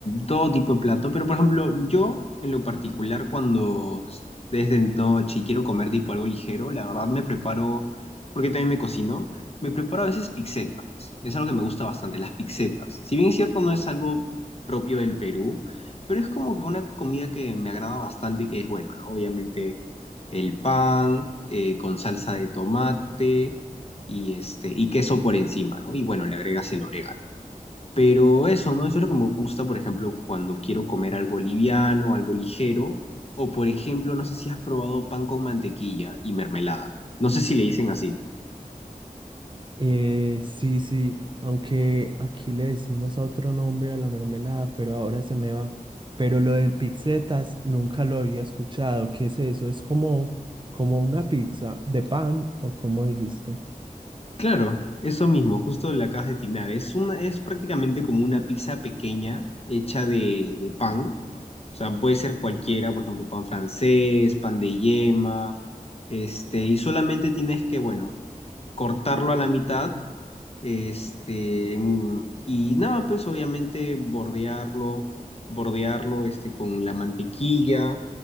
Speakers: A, on the left (about 45°); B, on the right (about 35°).
A: todo tipo de plato, pero por ejemplo, yo en lo particular cuando es de noche y quiero comer tipo algo ligero, la verdad me preparo, porque también me cocino, me preparo a veces pizzetas, es algo que me gusta bastante, las pizzetas. Si bien es cierto, no es algo propio del Perú, pero es como que una comida que me agrada bastante, que es bueno, ¿no? Obviamente el pan eh, con salsa de tomate y, este, y queso por encima, ¿no? Y bueno, le agregas el orégano. Pero eso, ¿no? Eso es lo que me gusta, por ejemplo, cuando quiero comer algo liviano, algo ligero, o por ejemplo, no sé si has probado pan con mantequilla y mermelada. No sé si le dicen así.
B: Eh, sí, sí, aunque aquí le decimos a otro nombre a la mermelada, pero ahora se me va. Pero lo del pizzetas nunca lo había escuchado. ¿Qué es eso? ¿Es como, como una pizza de pan o como dijiste?
A: Claro, eso mismo, justo la acabas de tinar. Es una, es prácticamente como una pizza pequeña hecha de, de pan. O sea, puede ser cualquiera, por ejemplo, pan francés, pan de yema, este, y solamente tienes que, bueno, cortarlo a la mitad Este, en- y nada, pues obviamente bordearlo, bordearlo este, con la mantequilla